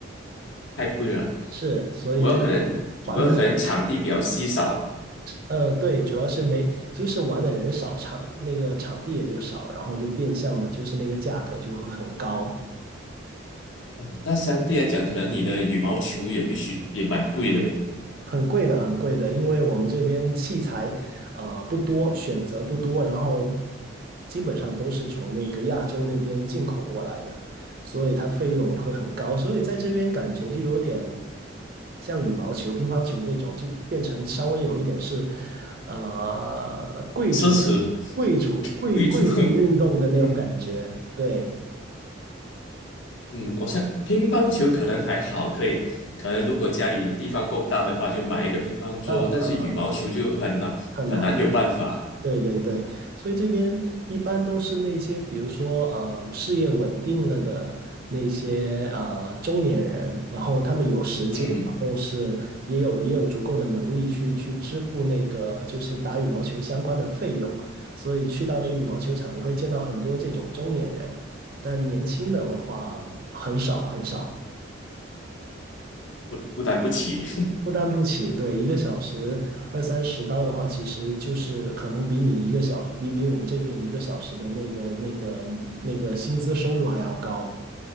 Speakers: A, on the left (about 65°); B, on the right (about 45°).
A: 太贵了。
B: 是，所以在这边玩不，
A: 我有可能，我有可能场地比较稀少，
B: 呃，对，主要是没，就是玩的人少，场那个场地也就少，然后就变相的，就是那个价格就会很高。
A: 嗯那相对来讲，可能你的羽毛球也必须也蛮贵的呗，
B: 很贵的，很贵的，因为我们这边器材呃不多，选择不多，然后基本上都是从那个亚洲那边进口过来的，所以它费用也会很高，所以在这边感觉就有点像羽毛球、乒乓球这种，就变成稍微有一点是呃贵族、
A: 奢侈
B: 贵族、贵贵族运动的那种感觉，
A: 贵族。<laughs> 嗯
B: 对，
A: 嗯，我想乒乓球可能还好，可以，可能如果家里地方够大的话，就买一个乒乓桌，
B: 嗯嗯嗯，
A: 但是羽毛球就很难很难有办法，
B: 很难。对对对，所以这边一般都是那些，比如说，呃，事业稳定了的那些呃中年人，然后他们有时间，
A: 嗯，
B: 然后是也有也有足够的能力去去支付那个就是打羽毛球相关的费用，所以去到那个羽毛球场，你会见到很多这种中年人，但年轻的话很少很少。
A: 负负担不起。
B: 负担不起，对，一个小时二三十刀的话，其实就是可能比你一个小，比比我们这边一个小时的那个那个那个薪资收入还要高，